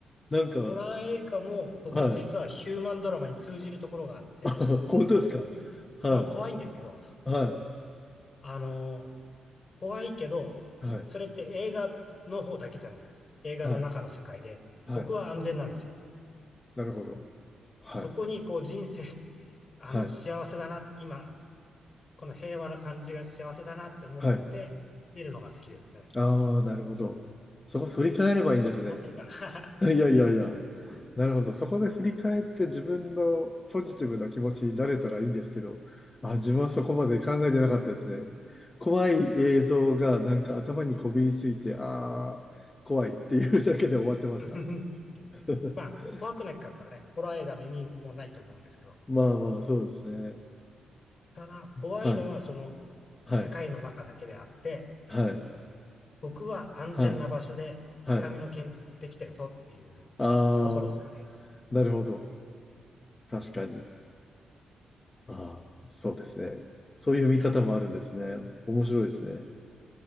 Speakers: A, on the left; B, on the left.
A: い。なんか、
B: ホラー映画も僕実はヒューマンドラマに通じるところがあって、
A: はい。<laughs> 本当ですかはい。
B: えまあ怖いんですけど、
A: は
B: あのー怖いけど、
A: い。はい。
B: それって映画の方だけじゃないですか。映画の中の世界で、
A: はい。はい。
B: 僕は安全なんですよ。
A: なるほど。はい。
B: そこにこう人生、<laughs> あの幸せだな、
A: はい。
B: 今、この平和な感じが幸せだなって思って見るのが好きですね。
A: はい。ああ、なるほど。そこ振り返ればいいんですね。
B: ちょっと、ちょっと変わってるかな
A: <laughs> いやいやいや。なるほど。そこで振り返って自分のポジティブな気持ちになれたらいいんですけど、あ、自分はそこまで考えてなかったですね。怖い映像がなんか頭にこびりついて、ああ、怖いっていうだけで終わってました。
B: <laughs>。
A: <laughs>
B: まあ、怖くなかったらね、ホラー映画の意味もないと思うんですけど、
A: まあまあ、そうですね。
B: ただ、怖いのはその
A: はい、はい、
B: 世界の中だけであって、
A: はい、
B: 僕は安全な場所で高みの見物できてるぞっていう
A: はい、はい。ああ、
B: ところですかね。
A: なるほど。確かに。ああ、そうですね。そういう見方もあるんですね。面白いですね。